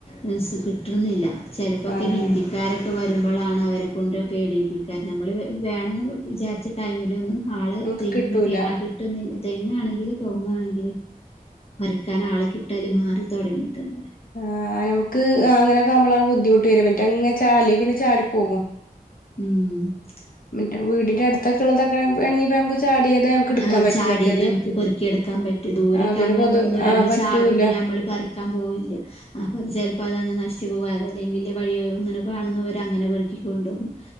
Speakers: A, on the left; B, on the left.
A: മിസ് കിട്ടുന്നില്ല- ചെലപ്പോ
B: അതാണ്
A: ക്കെ ഹിന്ദിക്കാര് ഒക്കെ വര് നമ്മളാണ് അവരേ കൊണ്ടൊക്കെ ഇടീപ്പിക്കാൻ നമ്മള് വേ വേണമെന്ന് വിചാരിച്ച ടൈമിലൊന്നും- ആള്
B: നമുക്ക്
A: തെങ്ങുമ്മേ
B: കിട്ടൂല
A: കേറാൻ കിട്ടുന്നില്ല തെങ്ങ് ആണെങ്കിലും കവുങ്ങ് ആണെങ്കിലും പറിക്കാൻ ആളെ കിട്ടല് മാറി തൊടങ്ങിയിട്ടുണ്ട്
B: ആ ഞമ്മക്ക് അങ്ങനൊക്കെ ആവുമ്പോളാണ് ബുദ്ധിമുട്ട് വരിക മറ്റേ ഇങ്ങനെ ചാലി ഇങ്ങനെ ചാടി പോകും-
A: ഉം
B: പിന്നെ വീടിന്റെ അടുത്തൊക്കെ ഉള്ളതക്കെ- വേണെങ്കി നമുക്ക്- ചാടിയത് നമുക്ക് എടുക്കാൻ
A: ആ
B: പറ്റും
A: ചാടിയതേ
B: മറ്റേത്
A: നമുക്ക് പെറുക്കിയെടുക്കാൻ പറ്റു ദൂരെയൊക്കെയാവുമ്പോൾ
B: ആഹ് പിന്നെ പൊതു
A: നമ്മള്
B: ആഹ്
A: ഇങ്ങനെ
B: പറ്റൂല
A: ചാടുമ്പോ നമ്മള് പറി- ക്കാൻ പോവില്ല അപ്പം അത് ചിലപ്പോ അത് അങ്ങ് നശിച്ചു പോകും അതല്ലെങ്കിൽ വഴീൽ ഇങ്ങനെ കാണുന്നവർ അങ്ങനെ പെറുക്കി കൊണ്ട്പോം-